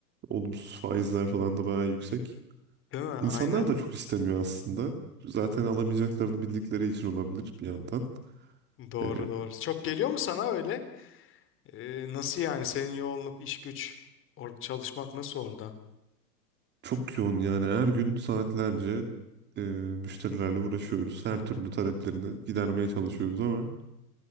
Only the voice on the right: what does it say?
olumsuz faizler falan da bayağı yüksek.
İnsanlar da çok istemiyor aslında. Zaten alamayacaklarını bildikleri için olabilir bir yandan.
E,
çok yoğun yani her gün saatlerce e, müşterilerle uğraşıyoruz. Her türlü taleplerini gidermeye çalışıyoruz ama